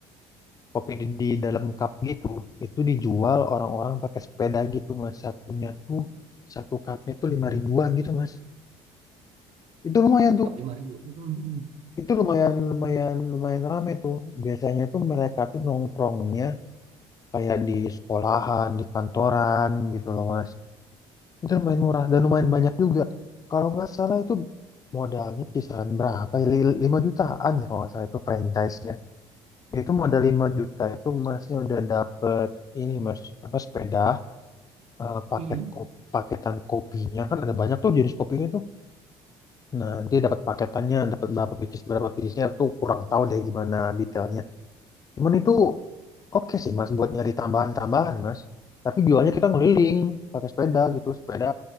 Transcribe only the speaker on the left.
kopi di, di dalam cup gitu. Itu dijual orang-orang pakai sepeda gitu mas. Satunya tuh satu cupnya tuh lima ribuan gitu mas. Itu lumayan tuh.
Itu lumayan lumayan lumayan rame tuh. Biasanya tuh mereka tuh nongkrongnya kayak di sekolahan, di kantoran gitu loh mas. Itu lumayan murah dan lumayan banyak juga. Kalau nggak salah itu modalnya kisaran berapa? ya? Li- 5 jutaan ya kalau nggak salah itu franchise-nya. Itu modal 5 juta itu masnya udah dapet ini mas apa sepeda eh, paket
ko- paketan kopinya kan ada banyak tuh jenis kopinya tuh. Nah, dia dapat paketannya, dapat berapa pieces berapa piecesnya tuh kurang tahu deh gimana detailnya. Cuman itu oke sih mas buat nyari tambahan-tambahan mas. Tapi jualnya kita ngeliling pakai sepeda gitu. Sepeda